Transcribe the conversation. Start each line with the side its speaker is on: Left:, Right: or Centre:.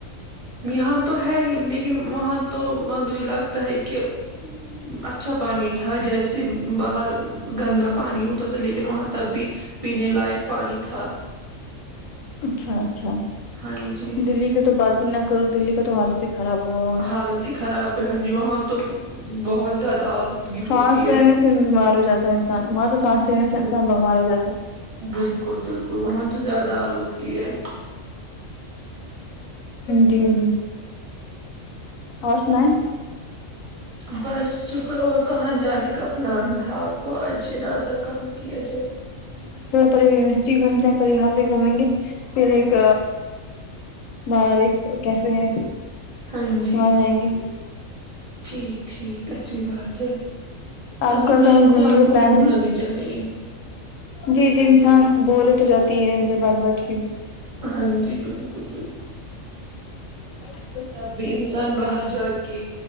Right: یہاں تو ہے ہی لیکن وہاں تو مجھے لگتا ہے کہچ اچھا پانی تھا جیسے باہر گندا پانی ہو تو چ لے وہاں تب بھی پینے لائق پانی تھا
Left: اچھا اچھا
Right: ہاں جی
Left: دلی کے تو بات نہ کر دلی کا تو حالت ہی خراب ہوا ہوا ہے۔
Right: حالت ہی خراب ہے ہ جی وہاں تو بہت زیادہ آلودگی
Left: سانس
Right: ہوتی ہے
Left: رہنے سے بیمار ہو جاتا ہے انسان وہاں تو سانس رہنے
Right: بالکل
Left: سے انسان بیمار ہو جاتا ہے
Right: بالکل بالکل وہاں تو زیادہ آلودگی ہے
Left: جی جی اور س میں
Right: بس اور کہاں جانے کا پلان تھا آپ کو آجرادہ کہاں کیا جائے
Left: پ یونیورسٹی گھومتے ہیں پ یہاں بھیہ گھومیں گے پھر ایک باہر ایک کیفے ہے
Right: ہاں جی
Left: وہاں جائیں گے
Right: ٹھیک ٹھیک اچھی بات ہے
Left: آپ
Right: اصل
Left: کا
Right: میں
Left: کہاں
Right: انسان
Left: گھومنے کا
Right: کو
Left: پلان
Right: گھومنا
Left: ہے
Right: بھی چاہیے
Left: جی جی انسان بور تو ہو جاتی ہے ان بد بٹک بھی
Right: ہاں جی بالکل بالکل
Left: کو
Right: تب بھی انسان باہر جا کے